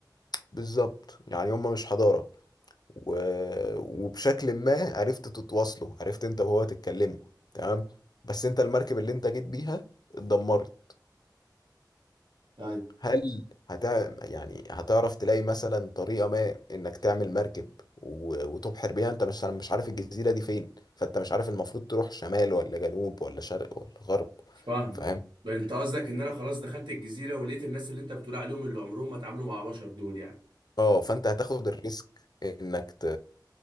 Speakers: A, on the left (about 60°); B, on the right (about 85°).
A: بالظبط يعني هم مش حضارة و... وبشكل ما عرفت تتواصلوا عرفت أنت وهو تتكلموا تمام بس أنت المركب اللي أنت جيت بيها اتدمرت
B: طيب
A: هل هتع... يعني هتعرف تلاقي مثلا طريقة ما انك تعمل مركب و... وتبحر بيها انت مش مش عارف الجزيرة دي فين فانت مش عارف المفروض تروح شمال ولا جنوب ولا شرق ولا غرب
B: فاهم
A: فاهم
B: بقى انت قصدك ان انا خلاص دخلت الجزيره ولقيت الناس اللي انت بتقول عليهم اللي عمرهم ما اتعاملوا مع بشر دول يعني
A: اه فانت هتاخد الريسك انك ت...